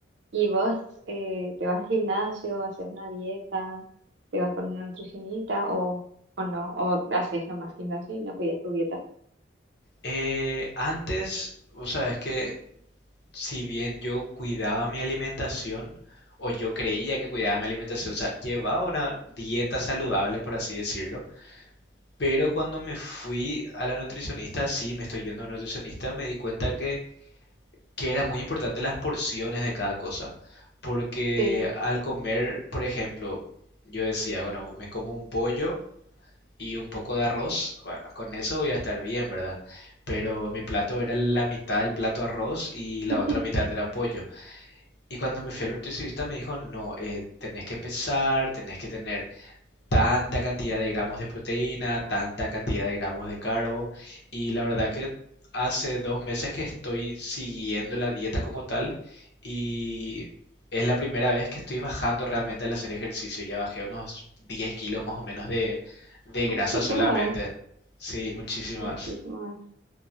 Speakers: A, on the right; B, on the left.
A: Y vos eh, te vas al gimnasio, haces una dieta, te vas con una nutricionista o, o no, o haces nomás gimnasio y no cuidas tu dieta.
B: Eh, antes, o sea, es que si bien yo cuidaba mi alimentación, o yo creía que cuidaba mi alimentación, o sea, llevaba una dieta saludable, por así decirlo, Pero cuando me fui a la nutricionista, sí, me estoy yendo a una nutricionista, me di cuenta que, que era muy importante las porciones de cada cosa. Porque
A: Sí,
B: al comer, por ejemplo, yo decía, bueno, me como un pollo y un poco de arroz, bueno, con eso voy a estar bien, ¿verdad? Pero mi plato era la mitad del plato arroz y la
A: <laughs>
B: otra mitad era pollo. Y cuando me fui al nutricionista me dijo, no, eh, tenés que pesar, tenés que tener tanta cantidad de gramos de proteína, tanta cantidad de gramos de carbo y la verdad que hace dos meses que estoy siguiendo la dieta como tal y es la primera vez que estoy bajando realmente al hacer ejercicio. Ya bajé unos 10 kilos más o menos de, de
A: muchísimo
B: grasa solamente.
A: más,
B: Sí, muchísimas.
A: muchísimo más.